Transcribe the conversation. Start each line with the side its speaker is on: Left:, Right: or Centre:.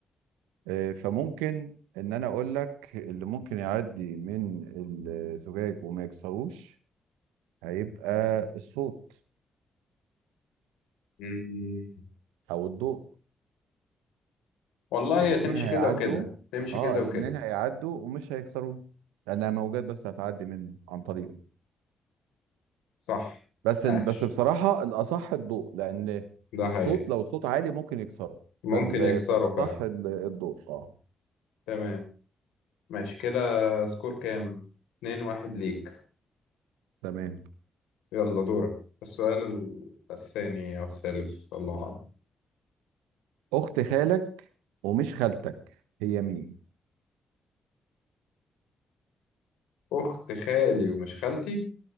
Right: آه، فممكن ان انا اقول لك اللي ممكن يعدي من الزجاج وما يكسروش هيبقى الصوت
Left: مم.
Right: او الضوء
Left: والله هي
Right: الاتنين
Left: تمشي
Right: هيعدوا
Left: كده وكده تمشي
Right: اه
Left: كده
Right: الاتنين
Left: وكده
Right: هيعدوا ومش هيكسروه لانها موجات بس هتعدي منه عن طريقه
Left: صح
Right: بس
Left: عاش
Right: ال... بس بصراحه الاصح الضوء لان
Left: ده
Right: الصوت
Left: حقيقي
Right: لو صوت عالي ممكن يكسره
Left: ممكن
Right: فال...
Left: يكسروا
Right: فالاصح
Left: فعلا
Right: ال- الضوء اه
Left: تمام ماشي كده سكور كام اتنين واحد ليك
Right: تمام
Left: يلا دورك السؤال ال- الثاني أو الثالث الله أعلم
Right: اخت خالك ومش خالتك هي مين؟
Left: أخت خالي ومش خالتي